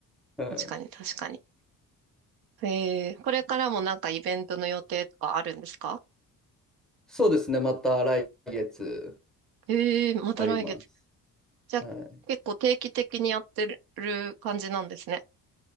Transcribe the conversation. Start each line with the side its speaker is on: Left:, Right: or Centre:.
Centre: はい。
Right: 確かに、確かに。ええー、これからもなんかイベントの予定とかあるんですか
Centre: そうですね。また来月
Right: ええー、また来月。
Centre: あります。
Right: じゃあ、
Centre: はい。
Right: 結構定期的にやってる感じなんですね。